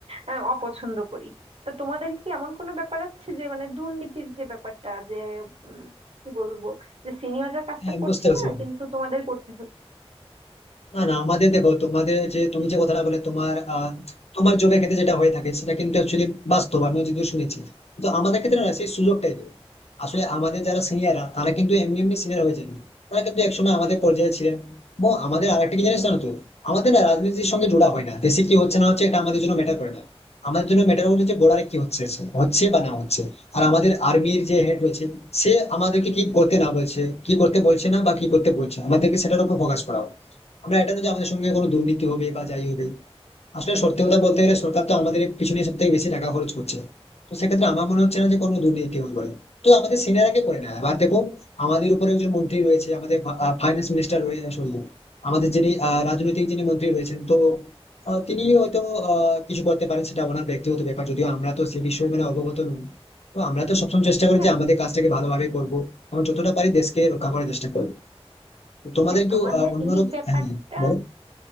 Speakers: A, on the right; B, on the left.
A: আহ, অপছন্দ করি তা তোমাদের কি এমন কোনো ব্যাপার আছে যে মানে দুর্নীতির যে ব্যাপারটা যে উম, কি বলবো যে সিনিয়ররা কাজটা
B: হ্যাঁ,
A: করছে
B: বুঝতে পারছি
A: না কিন্তু তোমাদের করতে হচ্ছে
B: না না আমাদের দেখো তোমাদের যে তুমি যে কথাটা বলে তোমার আহ, তোমার জবের ক্ষেত্রে যেটা হয়ে থাকে সেটা কিন্তু অ্যাকচুয়ালি বাস্তব আমিও যদিও শুনেছি কিন্তু আমাদের ক্ষেত্রে না সেই সুযোগটাই নেই। আসলে আমাদের যারা সিনিয়ররা তারা কিন্তু এমনি এমনি সিনিয়র হয়ে যায়নি তারা কিন্তু একসময় আমাদের পর্যায়ে ছিলেন এবং আমাদের আরেকটা কি জিনিস জানো তো আমাদের না রাজনীতির সঙ্গে জোড়া হয় না দেশে কি হচ্ছে না হচ্ছে এটা আমাদের জন্য ম্যাটার করে না আমাদের জন্য ম্যাটার করে যে বর্ডারে কি হচ্ছে হচ্ছে বা না হচ্ছে আর আমাদের আর্মির যে হেড রয়েছে সে আমাদেরকে কি করতে না বলছে কি করতে বলছে না বা কি করতে বলছে আমাদেরকে সেটার উপর ফোকাস করা হয়। আমরা এটা না যে আমাদের সঙ্গে কোনো দুর্নীতি হবে বা যাই হবে আসলে সত্যি কথা বলতে গেলে সরকার তো আমাদের পিছনে সব থেকে বেশি টাকা খরচ করছে তো সেক্ষেত্রে আমার মনে হচ্ছে না যে কোনো দুর্নীতি হবে বলে তো আমাদের সিনিয়ররা কে করে না এবার দেখো আমাদের উপরে একজন মন্ত্রী রয়েছে আমাদের ফাইন্যান্স মিনিস্টার রয়েছে সরি আমাদের যিনি আহ, রাজনৈতিক যিনি মন্ত্রী রয়েছেন তো আহ, তিনি হয়তো আহ, কিছু করতে পারেন সেটা ওনার ব্যক্তিগত ব্যাপার যদিও আমরা তো সে বিষয়ে মানে অবগত নই তো আমরা তো সবসময় চেষ্টা করি
A: হ্যাঁ
B: যে আমাদের কাজটাকে ভালোভাবে করবো এবং যতটা পারি দেশকে রক্ষা করার চেষ্টা করবো তো তোমাদের
A: হ্যাঁ
B: কি
A: তোমাদের
B: আহ, অন্যরকম
A: এই ব্যাপারটা
B: হ্যাঁ হ্যাঁ, বলো